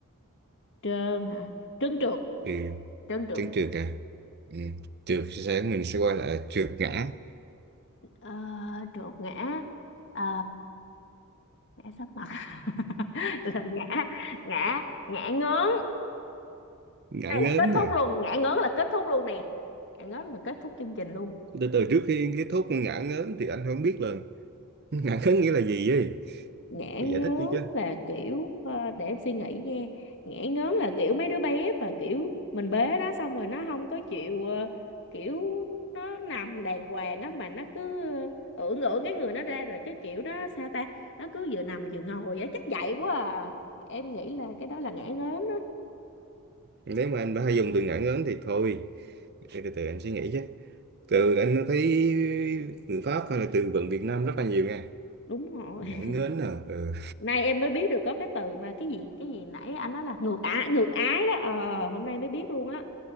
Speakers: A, on the left; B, on the right.
A: trơn hả trơn trượt
B: ừ
A: trơn trượt
B: trơn trượt à ừ. trượt sẽ mình sẽ gọi là trượt ngã
A: ờ, trượt ngã Ờ, ngã sấp mặt <laughs> từ từ ngã ngã ngã ngớn
B: ngã
A: Cái này
B: ngớn
A: là kết thúc
B: à
A: luôn ngã ngớn là kết thúc luôn nè ngã ngớn là kết thúc chương trình luôn
B: từ từ trước khi kết thúc ngã ngớn thì anh không biết là <laughs> ngã ngớn nghĩa là gì ấy
A: ngã
B: Phải
A: ngớn
B: giải thích đi chứ
A: là kiểu ờ, để em suy nghĩ nha ngã ngớn là kiểu mấy đứa bé mà kiểu mình bế nó xong rồi nó không có chịu ờ, kiểu nó nằm đàng hoàng á mà nó cứ ờ, ưỡn ưỡn cái người nó ra rồi cái kiểu đó sao ta nó cứ vừa nằm vừa ngồi á chắc vậy quá à. em nghĩ là cái đó là ngã ngớn đó
B: nếu mà anh đã hay dùng từ ngã ngớn thì thôi để từ từ anh suy nghĩ chứ từ anh thấy người Pháp hay là từ vựng Việt Nam rất là nhiều nghe
A: đúng rồi
B: ngãn ngến nè ừ.
A: nay em mới biết được có cái từ mà cái gì cái gì nãy anh nói là ngược ái ngược ái đó ờ hôm nay mới biết luôn á